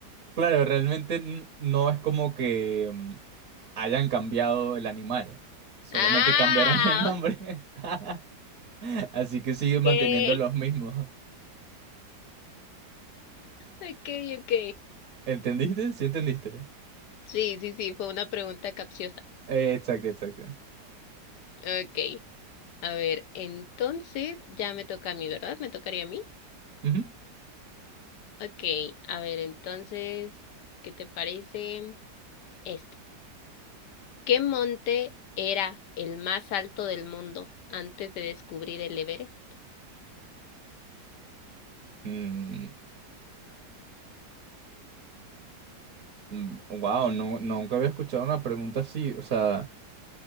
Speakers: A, on the right (about 55°); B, on the left (about 75°).
A: claro, realmente n- no es como que mm, hayan cambiado el animal, solamente
B: Ah,
A: cambiaron el nombre, <laughs> así que siguen manteniendo
B: ok.
A: los mismos.
B: Ok, ok.
A: ¿Entendiste? ¿Sí entendiste?
B: Sí, sí, sí, fue una pregunta capciosa.
A: Eh, Exacto, exacto.
B: Ok. A ver, entonces ya me toca a mí, ¿verdad? ¿Me tocaría a mí?
A: Ujú.
B: Ok. A ver, entonces, ¿qué te parece este? ¿Qué monte era el más alto del mundo antes de descubrir el Everest?
A: Mm, mm, wow, no, nunca había escuchado una pregunta así, o sea...